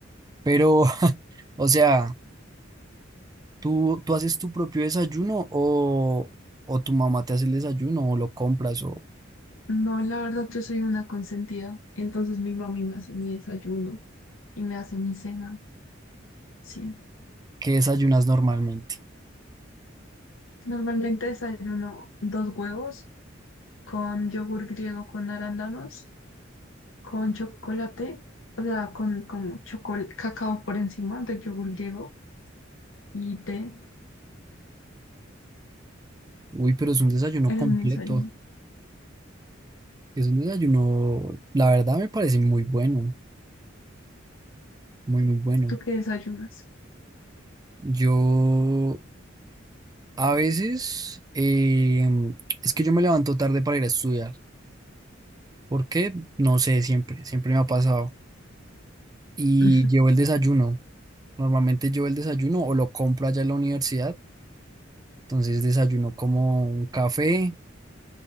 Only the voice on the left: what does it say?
No, la verdad yo soy una consentida. Entonces mi mami me hace mi desayuno y me hace mi cena. Sí.
Normalmente desayuno dos huevos con yogur griego con arándanos con chocolate, o sea, con como chocolate, cacao por encima del yogur griego y té.
Ese
es mi desayuno.
¿Tú qué desayunas?
<laughs>